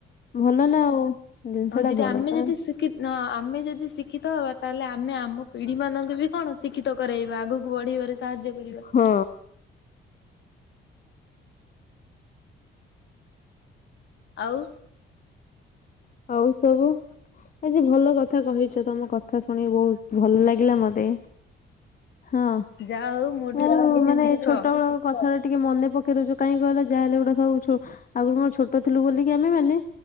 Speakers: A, on the left; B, on the left.
A: ଭଲ ନା ଆଉ। ଜିନିଷ
B: ହଉ
A: ଟା
B: ଯଦି
A: ଭଲ
B: ଆମେ
A: ତମେ
B: ଯଦି ଶିକ୍ଷିତ ନ ଆମେ ଯଦି ଶିକ୍ଷିତ ହବା ତାହେଲେ ଆମେ ଆମ ପିଢି ମାନଙ୍କୁ ବି କଣ ଶିକ୍ଷିତ କରାଇବା ଆଗକୁ ବଢେଇବାରେ ସାହାଯ୍ୟ କରିବା।
A: ହଁ।
B: ଆଉ
A: ହଉ ସବୁ ଆଜି ଭଲ କଥା କହିଛ ତମ କ କଥା ଶୁଣି ବହୁତ ଭଲ ଲାଗିଲା ମତେ। ହଁ
B: ଯାହା ହଉ ମୋ
A: ମୁଁ
B: ଠାରୁ ବି କିଛି
A: ମାନେ
B: ଶିଖ
A: ଛୋଟବେଳୁ କଥା ଟା ଟିକେ ମନେ ପକେଇ ଦଉଚୁ କାହିଁ କହିଲ ଯାହା ହେଲେ ଗୁଟେ ସବୁ ଛୁ ଆଗରୁ କଣ ଛୋଟ ଥିଲୁ ବୋଲିକି ଆମେ ମାନେ